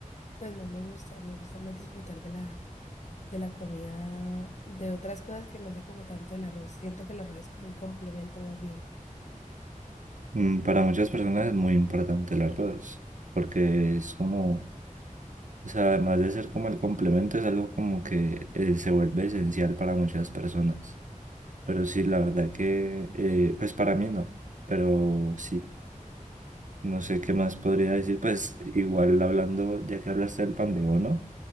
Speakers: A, on the left; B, on the right.
A: pues no me gusta. Me gusta más disfrutar de la, de la comida, de otras cosas que no sea como tanto el arroz. Siento que el arroz es como un complemento más bien.
B: Mm, Para muchas personas es muy importante el arroz, porque es como O sea, además de ser como el complemento, es algo como que eh, se vuelve esencial para muchas personas. Pero sí, la verdad que, eh, pues para mí no. Pero sí, no sé qué más podría decir. Pues igual hablando, ya que hablaste del pan de bono,